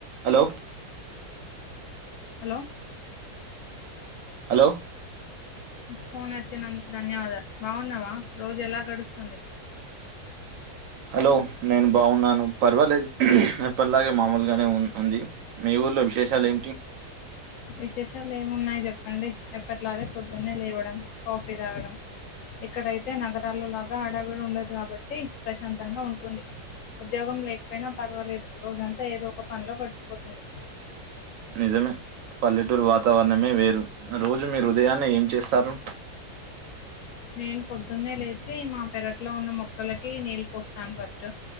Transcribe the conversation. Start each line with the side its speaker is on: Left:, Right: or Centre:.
Right: హలో
Left: హలో
Right: హలో
Left: ఫోన్ ఎత్తినందుకు ధన్యవాదాలు బాగున్నావా రోజు ఎలా గడుస్తుంది
Right: హలో నేను బాగున్నాను పర్వాలేదు ఎప్పట్లాగే మామూలుగానే ఉ ఉంది మే ఊళ్లో విశేషాలు ఏమిటి
Left: విశేషాలు ఏమున్నాయి చెప్పండి ఎప్పట్లాగే పొద్దున్నే లేవడం కాఫీ తాగడం ఇక్కడైతే నగరాల్లో లాగా ఆడావిడి ఉండదు కాబట్టి ప్రశాంతంగా ఉంటుంది ఉద్యోగం లేకపోయినా పర్వాలేదు రోజంతా ఏదో ఒక పనిలో గడిచిపోతుంది
Right: నిజమే పల్లెటూరు వాతావరణమే వేరు రోజు మీరు ఉదయాన్నే ఏం చేస్తారు
Left: నేను పొద్దున్నే లేచి మా పెరట్లో ఉన్న మొక్కలకి నీళ్ళు పోస్తాను ఫస్ట్